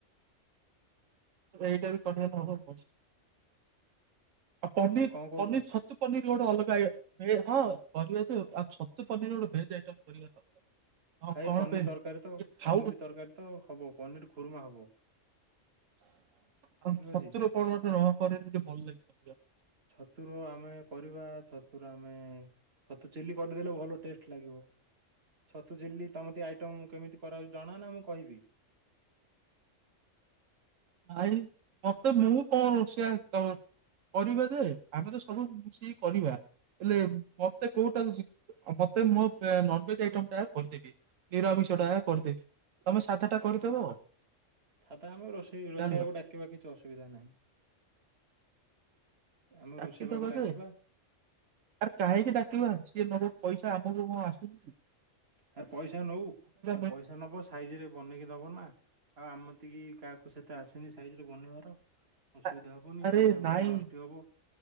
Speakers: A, on the right (about 85°); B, on the right (about 50°).
A: ଏଇଟା ବି କରିଦେଲେ ହବ ଆଉ ପନିର
B: ଭାଇ କଣ କହୁଛ?
A: ପନିର ଛତୁ ପନିର ଗୋଟେ ଅଲଗା ଇଏ ହଁ କରିବା ଯେ ଆଉ ଛତୁ ପନିର୍ ଗୋଟେ ଭେଜ ଆଇଟମ୍ କରିବା ହଁ
B: ଭାଇ
A: କଣ
B: ପନିର
A: ପାଇଁ
B: ତରକାରୀ
A: ନା
B: ତ
A: ଯେ ଖାଉ
B: ପନିର ତରକାରୀ ତ ହବ ପନିର କୁରୁମା ହବ।
A: ଆଉ
B: ଠିକ
A: ଛତୁ
B: ଅଛି।
A: ରେ କଣ ଗୋଟେ <unintelligible> ଟିକେ ଭଲ ଲାଗିବ।
B: ଛତୁର ଆମେ କରିବା ଛତୁର ଆମେ ଛତୁ ଚିଲି କରିଦେଲେ ଭଲ ଟେଷ୍ଟ୍ ଲାଗିବ ଛତୁ ଚିଲ୍ଲୀ- <unintelligible> ଆଇଟମ୍ ମୁଁ କେମିତି କରାହଉଛି ଜଣା ନା ମୁଁ କହିବି।
A: ଭାଇ ମତେ ମୁଁ କଣ ରୋଷେଇଆ ତ କରିବା ଯେ ଆମେ ତ ସବୁ ମିଶିକି କରିବା। ହେଲେ ମତେ କୋଉଟା ମତେ ମୋ ନନଭେଜ୍ ଆଇଟମ୍ ଟା କରିଦେବି। ନିରାମିଷ ଟା କରିଦେବି ତମେ ସାଧା ଟା କରିଦେବ।
B: ସାଧା ହବ ରୋଷେଇ ରୋଷେଇଆକୁ
A: ଜାଣିଲ।
B: ଡାକିବା କିଛି ଅସୁବିଧା ନାହିଁ। ଆମେ
A: ଡାକିଦବା
B: ରୋଷେଇବାକୁ ଡାକିବା
A: ଯେ ଆରେ କାହିଁକି ଡାକିବା ସିଏ ନେବ ପଇସା। ଆମକୁ କଣ ଆସୁଛି।
B: ଆରେ ପଇସା ନଉ ଆ
A: ମେ
B: ପଇସା ନବ ସାଇଜ ରେ ବନେଇକି ଦବ ନା। ଆଉ ଆମେ <unintelligible> କାହାକୁ ସେତେ ଆସିନି ସାଇଜରେ ବନେଇବାର। ଅସୁବିଧା
A: ଆ
B: ହବନି
A: ଆରେ
B: ପଇସା
A: ନାଇଁ
B: ମଧ୍ୟ ନଷ୍ଟ ହବ